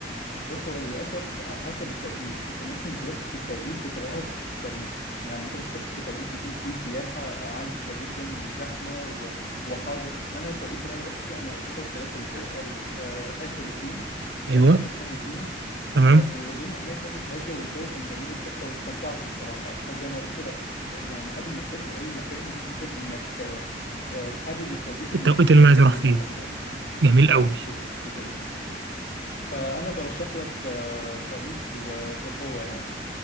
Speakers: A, on the left; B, on the right.
A: بص هو للأسف حسب التوقيت أنت ممكن تروح في توقيت يكرهك في باريس يعني أنت ممكن تروح في توقيت يكون فيه سياحة عالية جدا وزحمة و... وحر أنا التوقيت اللي أنا رحت فيه أنا رحت شهر ثلاثة اللي فات أو آه آخر اتنين
B: ايوه
A: آخر شهر اتنين
B: تمام
A: فالدنيا هناك كانت هادية والجو كان جميل وتحفة واستمتعت الصراحة فزي ما قلت لك يعني قبل ما تسافر أي مكان مهم جدا إنك آه آه، تحدد التوقيت المناسب
B: التوقيت اللي انا عايز اروح
A: للمكان
B: فيه
A: ده
B: جميل
A: أه
B: قوي
A: بالظبط كده فأنا برشح لك آه، باريس وبقوة يعني